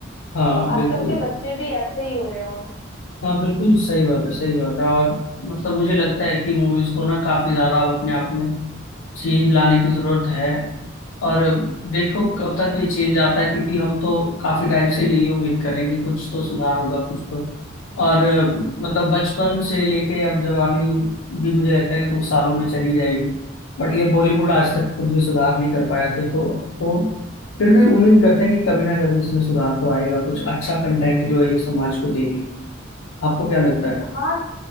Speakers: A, on the left; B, on the left.
A: हाँ
B: आजकल
A: बिल्कुल
B: के बच्चे भी ऐसे ही हो रहे हैं और
A: हाँ बिल्कुल सही बात है सही बात है और मतलब मुझे लगता है कि मूवीज को ना काफी ज्यादा अब अपने आप में चेंज लाने की जरूरत है और देखो
B: हम्म।
A: कब तक ये चेंज आता है क्योंकि हम तो काफी टाइम से यही उम्मीद कर रहे हैं कि कुछ तो सुधार होगा कुछ तो और अ, मतलब बचपन से लेके अब जवानी भी मुझे लगता है कि कुछ सालों में चली जाएगी बट ये बॉलीवुड आज तक खुद भी सुधार नहीं कर पाया देखो वो फिर भी उम्मीद करते हैं कि कभी ना कभी इसमें सुधार तो आएगा कुछ अच्छा कंटेंट जो है ये समाज को देंगे आपको क्या लगता है
B: हाँ